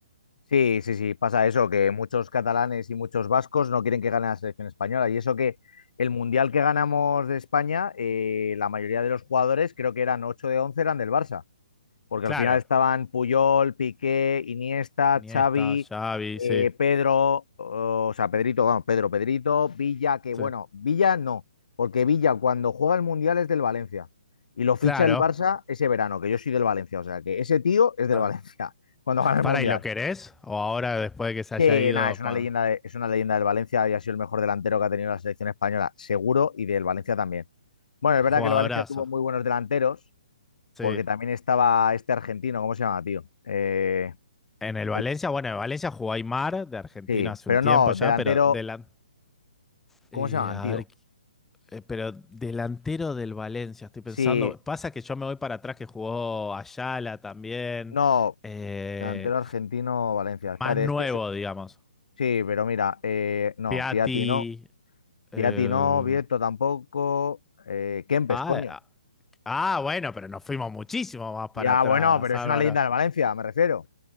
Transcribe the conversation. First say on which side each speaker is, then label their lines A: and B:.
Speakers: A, on the left (about 65°); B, in the centre.
A: Sí, sí, sí, pasa eso, que muchos catalanes y muchos vascos no quieren que gane la selección española. Y eso que el mundial que ganamos de España, eh, la mayoría de los jugadores, creo que eran 8 de 11 eran del Barça. porque
B: Claro.
A: al final estaban Puyol, Piqué, Iniesta,
B: Iniesta,
A: Xavi,
B: Xavi,
A: eh,
B: sí,
A: Pedro, o sea, Pedrito, vamos, Pedro, Pedrito, Villa, que
B: sí.
A: bueno, Villa no, porque Villa cuando juega el Mundial es del Valencia y lo ficha
B: Claro.
A: el Barça ese verano, que yo soy del Valencia, o sea, que ese tío es del
B: Ah.
A: Valencia <laughs> cuando gana el
B: Para,
A: Mundial.
B: ¿y lo querés? O ahora, después de que se
A: Que
B: haya ido,
A: nada, es una
B: cuan-
A: leyenda de- es una leyenda del Valencia y ha sido el mejor delantero que ha tenido la selección española, seguro, y del Valencia también. Bueno, es verdad
B: jugadorazo.
A: que el Valencia tuvo muy buenos delanteros,
B: Sí.
A: porque también estaba este argentino, ¿cómo se llama, tío? Eh,
B: En el Valencia,
A: el-
B: bueno, en Valencia jugó Aymar, de Argentina
A: sí,
B: hace
A: pero
B: un tiempo
A: no,
B: ya,
A: delantero,
B: pero de la...
A: ¿cómo
B: Eh,
A: se llaman,
B: a
A: tío?
B: ver, Eh, pero delantero del Valencia, estoy pensando.
A: Sí,
B: Pasa que yo me voy para atrás que jugó Ayala también.
A: no,
B: eh,
A: delantero argentino, Valencia. Espérate,
B: más nuevo,
A: es que su-
B: digamos.
A: sí, pero mira, eh, no,
B: Piatti.
A: Piatti no,
B: eh,
A: Piatti no, Vieto tampoco, eh, Kempes,
B: ah,
A: coño.
B: ah, ah, bueno, pero nos fuimos muchísimo más para
A: Ya,
B: atrás,
A: bueno, pero
B: Álvaro.
A: es una leyenda de Valencia, me refiero.